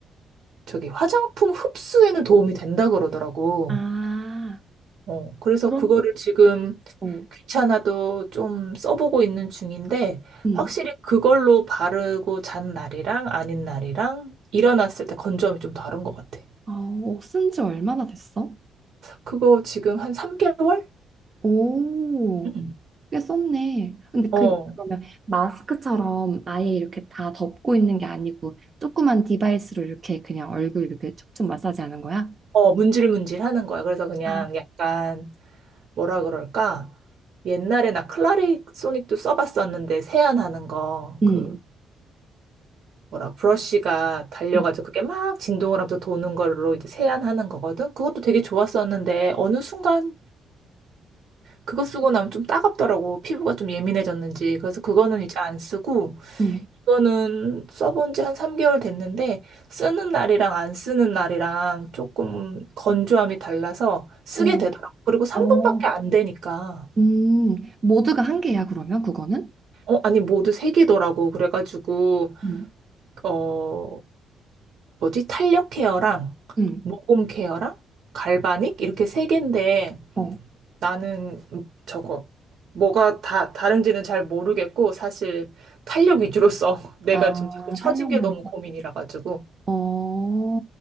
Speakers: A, on the right; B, on the right.
A: 저기 화장품 흡수에는 도움이 된다 그러더라고.
B: 아,
A: 어, 그래서
B: 그럼,
A: 그거를 지금
B: 어,
A: 귀찮아도 좀 써보고 있는 중인데,
B: 음.
A: 확실히 그걸로 바르고 잔 날이랑 아닌 날이랑 일어났을 때 건조함이 좀 다른 것 같아.
B: 아, 어, 쓴지 얼마나 됐어?
A: 그거 지금 한 3개월?
B: 오,
A: 응.
B: 꽤 썼네. 근데
A: 어,
B: 그, 그러면 마스크처럼 아예 이렇게 다 덮고 있는 게 아니고 조그만 디바이스로 이렇게 그냥 얼굴 이렇게 촉촉 마사지 하는 거야?
A: 어, 문질문질 하는 거야. 그래서 그냥
B: 아,
A: 약간 뭐라 그럴까? 옛날에 나 클라리 소닉도 써봤었는데 세안하는 거,
B: 음,
A: 그 뭐라 브러쉬가 달려가지고
B: 음,
A: 그게 막 진동을 하면서 도는 걸로 이제 세안하는 거거든. 그것도 되게 좋았었는데 어느 순간 그거 쓰고 나면 좀 따갑더라고. 피부가 좀 예민해졌는지. 그래서 그거는 이제 안 쓰고
B: 음.
A: 이거는 써본 지 한 3개월 됐는데 쓰는 날이랑 안 쓰는 날이랑 조금 건조함이 달라서 쓰게
B: 어,
A: 되더라고. 그리고 3분밖에
B: 어,
A: 안 되니까.
B: 음. 모두가 한 개야, 그러면 그거는?
A: 어, 아니, 모두 세 개더라고. 그래가지고,
B: 음.
A: 어, 뭐지? 탄력 케어랑
B: 음.
A: 모공 케어랑 갈바닉 이렇게 세 개인데
B: 어.
A: 나는 음, 저거 뭐가 다 다른지는 잘 모르겠고 사실 탄력 위주로 써. <laughs> 내가
B: 아,
A: 지금 자꾸 처진
B: 탄력만.
A: 게 너무
B: 있어.
A: 고민이라 가지고
B: 어,